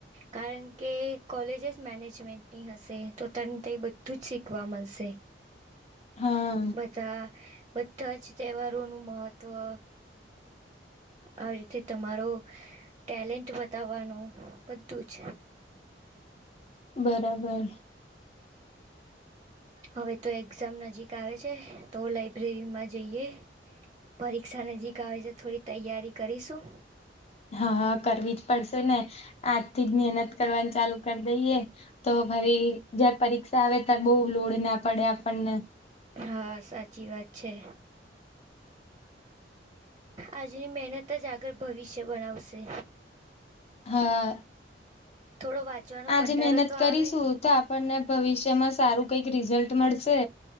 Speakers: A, on the right; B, on the left.
A: કારણ કે કોલેજ જ મેનેજમેન્ટની હશે, તો તને તં બધું જ શીખવા મળશે.
B: હા
A: બધા બધા જ તહેવારોનું મહત્વ આવી રીતે તમારો ટેલેન્ટ બતાવવાનું બધું જ
B: બરાબર.
A: હવે તો એક્ઝામ નજીક આવે છે, તો લઇબ્રેરીમાં જઈએ. પરીક્ષા નજીક આવે છે, થોડી તૈયારી કરીશું.
B: હા, કરવી જ પડશે ને. આજથી જ મહેનત કરવાની ચાલુ કરી દઈએ. તો ફરી જયારે પરીક્ષા આવે, ત્યારે બહુ લોડ ના પડે આપણને.
A: હા, સાચી વાત છે. આજની મહેનત જ આગળ ભવિષ્ય બનાવશે.
B: હા,
A: થોડો વાંચવાનો
B: આજે
A: કંટાળો
B: મહેનત
A: તો
B: કરીશું.
A: આવે
B: તો આપણને ભવિષ્યમાં સારું કંઈક રિઝલ્ટ મળશે.